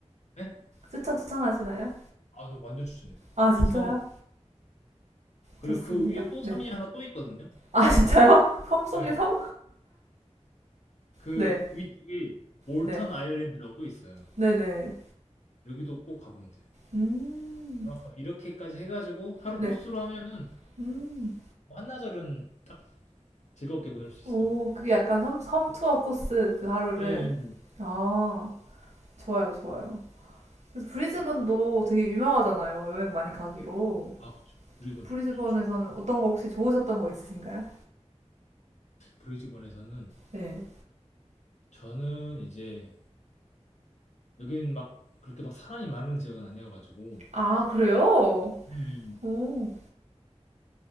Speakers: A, on the left (about 75°); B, on the right (about 70°).
A: 네?
B: 추천, 추천하시나요?
A: 아 저 완전 추천해요
B: 아, 진짜요?
A: 이 섬 그리고
B: 좋습니다.
A: 그 위에 또
B: 네.
A: 섬이 하나 또 있거든요
B: 아, 진짜요? <laughs> 섬 속의
A: 네,
B: 섬?
A: 그
B: 네.
A: 위쪽에 몰턴
B: 네.
A: 아일랜드라고 있어요.
B: 네네.
A: 여기도 꼭 가보면 돼요.
B: 음.
A: 뭐랄까 이렇게까지 해가지고 하루
B: 네.
A: 코스로 하면은
B: 음.
A: 뭐 한나절은 딱 즐겁게 보낼 수 있어요.
B: 오, 그게 약간 섬, 섬 투어 코스 그 하루를.
A: 네,
B: 아, 좋아요, 좋아요. 그래서 브리즈번도
A: 그것도
B: 되게 유명하잖아요. 여행 많이 가기로.
A: 있고 아 그쵸 브리즈번
B: 브리즈번에서는
A: 좋죠.
B: 어떤 거 혹시 좋으셨던 거 있으신가요?
A: 브리즈번에서는
B: 네.
A: 저는 이제 여긴 막 그렇게 막 사람이 많은 지역은 아니어가지고
B: 아, 그래요?
A: 음.
B: 오.